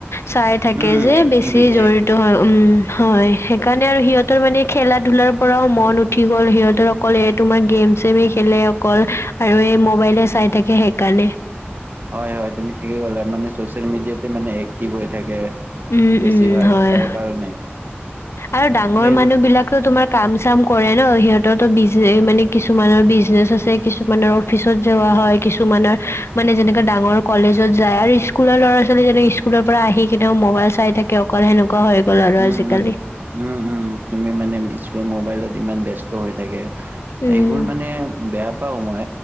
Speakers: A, on the left; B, on the right.
A: চাই থাকে
B: উম,
A: যে
B: এক্টিভি
A: বেছি জৰিত
B: এ
A: হয় উম হয় সেইকাৰণে আৰু সিহঁতৰ মানে - খেলা ধলাৰ পৰাও মন উঠি গ'ল সিহঁতৰ অকল এই তোমাৰ গেম চেমে খেলে অকল- আৰু এই মোবাইলে চাই থাকে সেইকাৰণে।
B: হয় হয়, তুমি ঠিকে কলা মানে চচিয়েল মিডিয়াত- মানে এক্টিভ হৈ থাকে
A: উম
B: বেছিভাগ
A: উম হয়
B: তাৰ কাৰণে।
A: আৰু ডাঙৰ
B: এইবোৰ
A: মানুহ বিলাকো তোমাক- কাম চাম কৰে ন সিহঁতৰো বিজনে মানে কিছুমানৰ বিজনেচ আছে কিছুমানৰ- অফিচত যোৱা হয় কিছুমানৰ মানে যেনেকে ডাঙৰ কলেজত যায় আৰু স্কুলৰ ল'ৰা ছোৱালী যেনেকে স্কু- স্কুলৰ পৰা আহি কেনেও মোবাইল চাই থাকে অকল সেনেকুৱা হৈ গ'ল আৰু
B: উম
A: আজিকালি।
B: উম। উম উম তুমি মানে স্কুল মোবাইলত ইমান ব্যস্ত হৈ থাকে। সেইবোৰ
A: উম
B: মানে বেয়া পাও মই